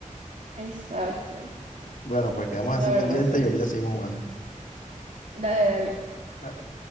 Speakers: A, on the right; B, on the left.
A: Exacto,
B: Bueno, pues quedamos
A: la
B: así
A: verdad,
B: pendientes
A: sí.
B: y ahorita seguimos jugando.
A: Dale, dale.
B: Dale.